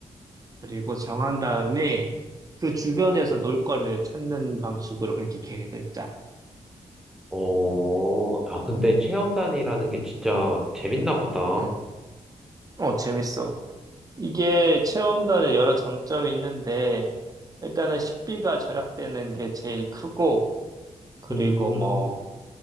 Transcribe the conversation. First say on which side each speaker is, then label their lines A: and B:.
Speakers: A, on the right; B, in the centre.
A: 그리고 정한 다음에 그 주변에서 놀거리를 찾는 방식으로 그렇게 계획을 짜.
B: 오, 아, 근데 체험단이라는 게 진짜 재밌나 보다.
A: 응. 어, 재밌어. 이게 체험단의 여러 장점이 있는데, 일단은 식비가 절약되는 게 제일 크고, 그리고
B: 음,
A: 뭐,